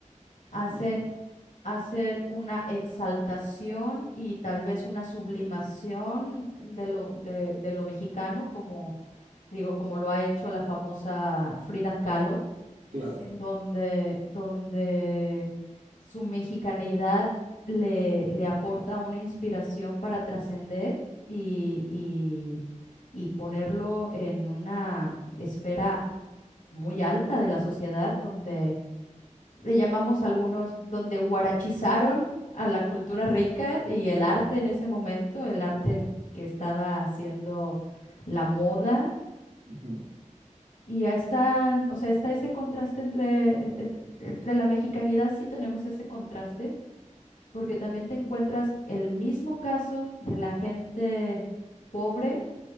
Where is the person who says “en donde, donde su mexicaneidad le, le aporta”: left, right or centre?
Left